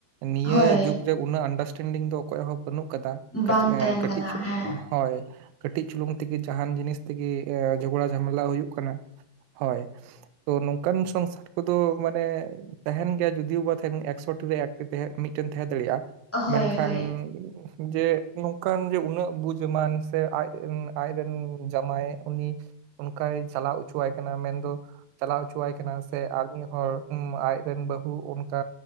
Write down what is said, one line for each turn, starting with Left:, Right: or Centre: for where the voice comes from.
Right: ᱱᱤᱭᱟᱹ
Centre: ᱦᱳᱭ
Right: ᱡᱩᱜᱽ ᱨᱮ ᱩᱱᱟᱹᱜ ᱟᱱᱰᱟᱨᱥᱴᱮᱱᱰᱤᱝ ᱫᱚ ᱚᱠᱚᱭᱟᱜ ᱦᱚᱸ ᱵᱟᱹᱱᱩᱜ ᱟᱠᱟᱫᱟ᱾ <unintelligible>
Centre: ᱵᱟᱝ ᱛᱟᱦᱮᱱ
Right: ᱠᱟᱹᱴᱤᱡᱪᱚ
Centre: ᱠᱟᱱᱟ ᱦᱮᱸ
Right: ᱦᱳᱭ ᱠᱟᱹᱴᱤᱡ ᱪᱩᱞᱩᱝ ᱛᱮᱜᱮ ᱡᱟᱦᱟᱱ ᱡᱤᱱᱤᱥ ᱛᱮᱜᱮ ᱡᱷᱚᱜᱽᱲᱟ ᱡᱷᱟᱢᱮᱞᱟ ᱦᱩᱭᱩᱜ ᱠᱟᱱᱟ, ᱦᱳᱭ ᱛᱚ ᱱᱚᱝᱠᱟᱱ ᱥᱚᱝᱥᱟᱨ ᱱᱩᱠᱚᱫᱚ ᱢᱟᱱᱮ ᱛᱟᱦᱮᱱ ᱜᱮᱭᱟ ᱡᱩᱫᱤᱭᱚ ᱵᱟ ᱛᱟᱦᱮᱱ ᱮᱠᱥᱚ ᱴᱤ ᱨᱮ ᱮᱠᱴᱤ ᱢᱤᱫᱴᱮᱱ ᱛᱟᱦᱮᱸ ᱫᱟᱲᱮᱭᱟᱜᱼᱟ
Centre: ᱦᱳᱭ
Right: ᱢᱮᱱᱠᱷᱟᱱ
Centre: ᱦᱳᱭ
Right: ᱡᱮ ᱱᱚᱝᱠᱟᱱ ᱡᱮ ᱩᱱᱟᱹᱜ ᱵᱩᱡᱢᱟᱱ ᱥᱮ ᱟᱡ ᱟᱡ ᱨᱮᱱ ᱡᱟᱢᱟᱭ ᱩᱱᱤ ᱚᱱᱠᱟᱭ ᱪᱟᱞᱟᱣ ᱦᱚᱪᱚᱣᱟᱭ ᱠᱟᱱᱟ ᱢᱮᱱᱫᱚ ᱪᱟᱞᱟᱣ ᱦᱚᱪᱚᱣᱟᱭ ᱠᱟᱱᱟ ᱥᱮ ᱟᱨᱢᱤ ᱦᱚᱲ ᱟᱡᱨᱮᱱ ᱵᱟᱹᱦᱩ ᱚᱱᱠᱟ